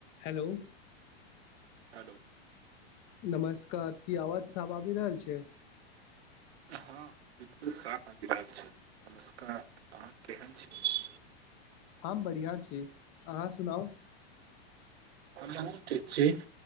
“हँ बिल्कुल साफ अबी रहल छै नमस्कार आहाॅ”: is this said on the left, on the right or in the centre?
Right